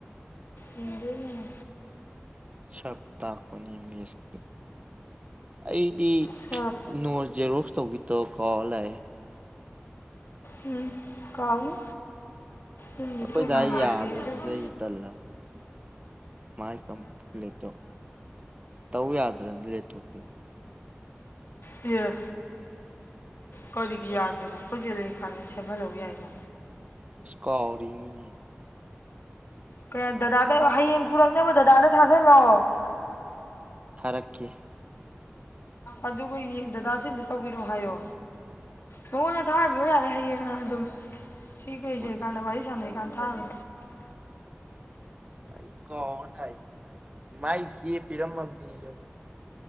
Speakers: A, on the left; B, on the right.
A: ꯌꯦꯡꯗꯣꯢꯅꯦ
B: ꯁꯞ ꯇꯥꯛꯄꯅꯦ ꯃꯦꯁꯀꯤ ꯑꯩꯗꯤ
A: ꯁꯔꯞ
B: ꯅꯣ ꯖꯦꯔꯣꯛꯁ ꯇꯧꯉꯦ ꯇꯧꯔ ꯀꯥꯎꯔ ꯂꯥꯛꯑꯦ
A: ꯎꯝ ꯀꯥꯎꯅꯤ ꯎꯝꯗ
B: ꯑꯩꯈꯣꯏ
A: ꯇꯨꯝꯃ
B: ꯗꯥ
A: ꯂꯩꯇꯤꯔ
B: ꯌꯥꯗꯕꯁꯤꯗ
A: ꯗ
B: ꯇꯜꯂ ꯃꯥꯏ <unintelligible> ꯇꯧ ꯌꯥꯗ꯭ꯔꯅꯤ ꯂꯦꯊꯣꯛꯄꯤ
A: ꯌꯦ ꯀꯔꯤꯒꯤ ꯌꯥꯗꯔꯤꯕ ꯑꯩꯈꯣꯏꯁꯦ ꯂꯩꯔꯤ ꯀꯥꯟꯗ ꯁꯦꯝꯍꯜꯂꯧꯎ ꯌꯥꯏꯅꯣ
B: ꯢꯁ ꯀꯥꯥꯎꯔꯤꯅꯤ
A: ꯀ ꯗꯗꯥꯗ ꯍꯌꯦꯡ ꯄꯨꯔꯛꯅꯕ ꯗꯗꯥꯗ ꯊꯥꯖꯤꯜꯂꯣ
B: ꯑꯣꯀꯦ
A: ꯑꯗꯨꯒ ꯌꯦꯡ ꯗꯗꯥꯁꯤ ꯑꯝꯇ ꯇꯧꯕꯤꯔꯣ ꯍꯥꯏꯌꯣ ꯃꯉꯣꯟꯗ ꯊꯥꯉꯔꯣ ꯌꯥꯔꯦ ꯍꯌꯦꯡ ꯑꯗꯨꯝ ꯁꯤ ꯀꯩꯖ
B: ꯍꯣꯏ
A: ꯀꯥꯟꯗ ꯋꯥꯔꯤ ꯁꯥꯟꯅꯔꯤ ꯀꯥꯟꯗ ꯊꯥꯒꯔꯣ
B: ꯑꯩ ꯀꯧꯔ ꯂꯛꯢꯅꯦ ꯃꯥꯏ ꯆꯦ ꯄꯤꯔꯝꯃꯝꯕꯅꯦꯌꯣ